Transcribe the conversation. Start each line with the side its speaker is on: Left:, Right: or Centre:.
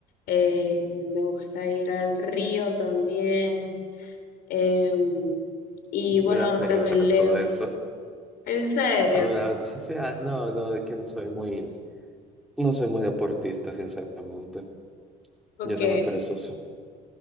Left: eh, me gusta ir al río también. Em, y
Centre: Me
Left: bueno,
Centre: da pereza
Left: también leo.
Centre: todo eso. <laughs>
Left: ¿En serio?
Centre: A mí me da- <laughs> o sea, no, no, es que no soy muy, no soy muy deportista, sinceramente.
Left: Ok.
Centre: Yo soy muy perezoso.